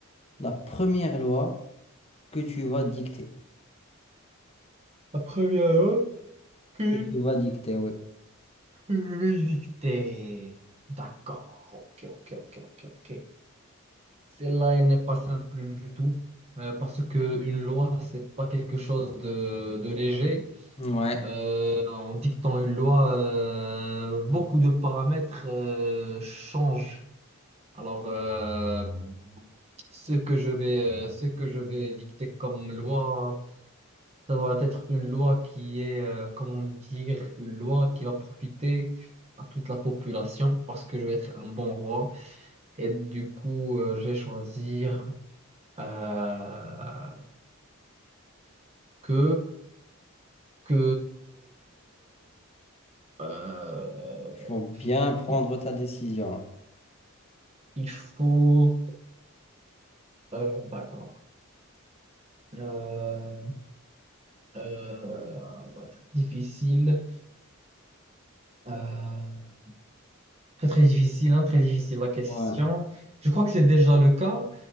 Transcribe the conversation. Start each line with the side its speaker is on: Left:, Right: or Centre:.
Left: la première loi? que tu vas dicter.
Right: La première, ok.
Left: Que tu vas dicter, oui.
Right: Musique thé. D'accord. Ok, ok, ok, ok, ok. Celle-là, elle n'est pas simple du tout. euh, parce que une loi, c'est pas quelque chose de, de léger.
Left: Ouais.
Right: Euh, en dictant une loi, euh, beaucoup de paramètres euh, changent. Alors, euh, ce que je vais, euh, ce que je vais dicter comme loi. Ça doit être une loi qui est, euh, comment dire, une loi qui va profiter à toute la population parce que je vais être un bon roi. Et du coup, euh, je vais choisir euh, que, que euh,
Left: Il faut bien prendre
Right: il
Left: ta décision.
Right: il faut... euh, d'accord. Euh, euh, ça va être difficile. Euh, Très, très difficile, hein, très difficile la question.
Left: Ouais.
Right: Je crois que c'est déjà le cas.